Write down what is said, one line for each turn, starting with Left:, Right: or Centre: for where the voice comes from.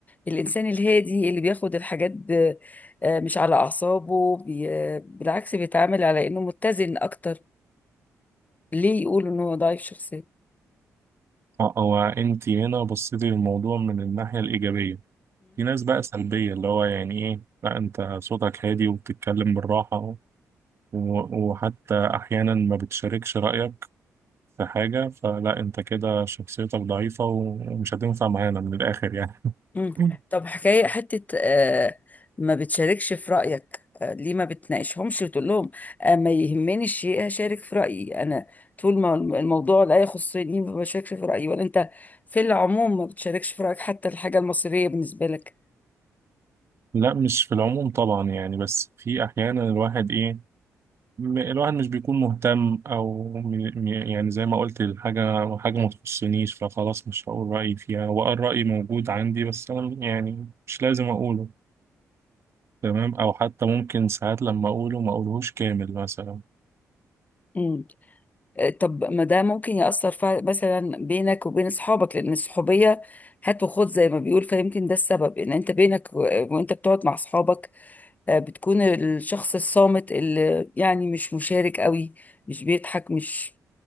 Left: الانسان الهادي اللي بياخد الحاجات ب... آه، مش على اعصابه بي... آه، بالعكس بيتعامل على انه متزن اكتر ليه يقول ان هو ضعيف شخصية
Right: آه، او انت هنا بصيتي للموضوع من الناحية الإيجابية في ناس بقى سلبية اللي هو يعني ايه لا انت صوتك هادي وبتتكلم بالراحة و- وحتى أحيانا ما بتشاركش رأيك في حاجة فلا أنت كده شخصيتك ضعيفة ومش هتنفع معانا من الآخر يعني
Left: مم.
Right: <laughs>
Left: طب حكاية حتة آه ما بتشاركش في رأيك آه ليه ما بتناقشهمش وتقول لهم آه ما يهمني الشيء هشارك في رأيي أنا طول ما الم- الموضوع لا يخصني ما بشاركش في رأيي ولا أنت في العموم ما بتشاركش في رأيك حتى الحاجة المصيرية بالنسبة لك
Right: لا مش في العموم طبعا يعني بس في أحيانا الواحد إيه م- الواحد مش بيكون مهتم أو م- م- يعني زي ما قلت الحاجة حاجة ما تخصنيش فخلاص مش هقول رأيي فيها وأه الرأي موجود عندي بس أنا يعني مش لازم أقوله تمام أو حتى ممكن ساعات لما أقوله ما أقولهوش كامل مثلا
Left: مم. آه طب ما ده ممكن يأثر فع- مثلا بينك وبين أصحابك لأن الصحوبية هات وخد زي ما بيقول فيمكن ده السبب إن أنت بينك و- وأنت بتقعد مع أصحابك آه، بتكون الشخص الصامت اللي يعني مش مشارك قوي مش بيضحك مش